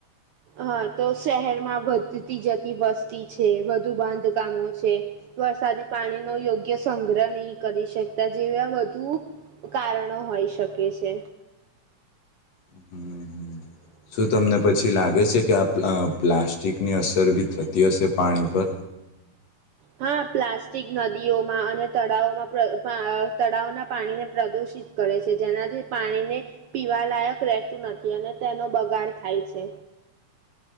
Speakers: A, on the right; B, on the left.
A: હા, તો શહેરમાં વધતી જતી વસ્તી છે, વધુ બાંધકામો છે, વરસાદી પાણીનો યોગ્ય સંગ્રહ નહી કરી શકતા. જેવા વધુ કારણો હોઈ શકે છે.
B: હમ હમ.
A: <unintelligible>
B: શું તમને પછી લાગે છે કે આ પ પ્લાસ્ટિકની અસર બી થતી હશે પાણી પર?
A: હા, પ્લાસ્ટિક નદીઓમાં અને તળાવમાં પ તળાવના પાણીને પ્રદુષિત કરે છે જેનાથી પાણીને પીવા લાયક રહેતું નથી અને તેનો બગાડ થાય છે.